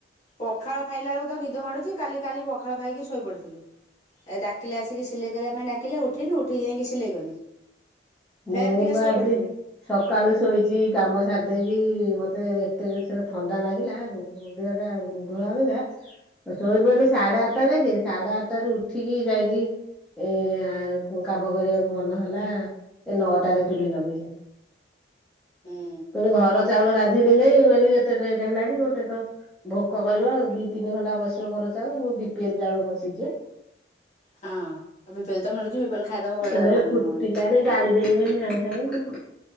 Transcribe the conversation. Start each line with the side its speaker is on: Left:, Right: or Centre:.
Left: ପଖାଳ ଖାଇଲା ବେଳକୁ ତ ନିଦ ମାଡୁଚି କାଲି କାଲି ପଖାଳ ଖାଇକି ଶୋଇ ପଡିଥିଲି। ଏ ଡାକିଲେ ଆସିକି ସିଲେଇ କରିବା ପାଇଁ ଡାକିଲେ ଉଠିନୁ ଉଇଁକି ଯାଇକିଁ ସିଲେଇ କନି। ଫେର
Centre: ମୁଁ
Left: ଟିକେ
Centre: ପା
Left: ଶୋଇ
Centre: ଆଜି
Left: ପଡିଥିନି
Centre: ସକାଳୁ ଶୋଇଚି କାମ ସାରଦେଇକି ମତେ ଏତେ ଜୋରସରେ ଥଣ୍ଡା ନାଗିଲା ଦେହଟା ଘୋଳା ବିିନ୍ଧା। ମୁଁ ଶୋଇପଇନି ସାଡେ ଆଟା ଯାକେ ସାଡେ ଆଟ ଟାରୁ ଉଠିକି ଯାଇକିଁ। ଏଇଆଁ କୁ କାମ କରିବାକୁ ମନହେଲା। ଏ ନଅଟାରେ ଚୁଲି ଲଗେଇନି।
Left: ହୁଁ।
Centre: ପୁଣି ଘର ଚାଉଳ ରାନ୍ଧିନି ନେଇଁ ମୁଁ କଇନି ଏତେ ଲେଟ ହେଲାଣି ମତେ ତ ଭୋକ କରିବ ଦି ତିନି ଘଣ୍ଟା ବସିବ ଘର ଚାଉଳ ମୁ ବି ପି ଏଲ ଚାଉଳ ବସିଚି ଆ।
Left: ହଁ ଆଉ ବିପିଏଲ ତ ମିଳୁଛି ବିପିଏଲ ଖାଇଦବ ବେଳେ
Centre: ଏ
Left: ହୁଁ
Centre: ଫୁଟିଲାଣି ଗାଳି ଦେଇବେ ହଁ। ହୁଁ।